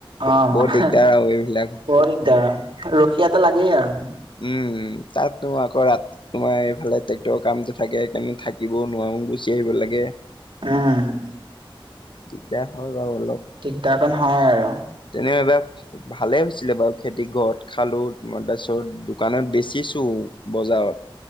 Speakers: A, on the right (about 65°); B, on the left (about 60°).
A: অ
B: বহুত দিগদাৰ আৰু এইবিলাক
A: বৰ দিগদাৰ ৰখি এটা লাগেই আৰু
B: উম তাতনো আ কৰাত তোমাৰ এইফালে ট্ৰেক্টৰৰ কামটো থাকে সেইকাৰণে থাকিবও নোৱাৰো গুচি আহিব লাগে
A: উম
B: দিগদাৰ হয় বাৰু অলপ
A: ঠিক তাৰকন হয় আৰু
B: তেনেকবাক ভালেই হৈছিলে বাৰু খেতি ঘৰত খালোঁ তোমাৰ তাৰপিছত দোকানত বেচিছোঁ বজাৰত